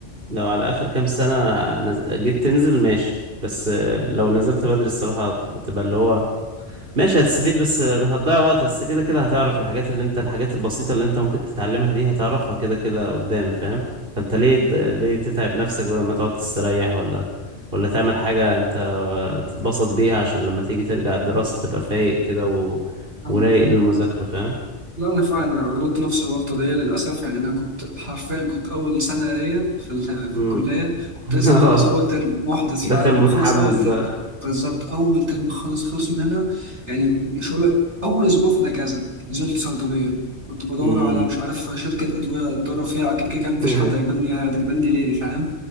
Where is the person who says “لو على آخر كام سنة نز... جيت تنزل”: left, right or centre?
Right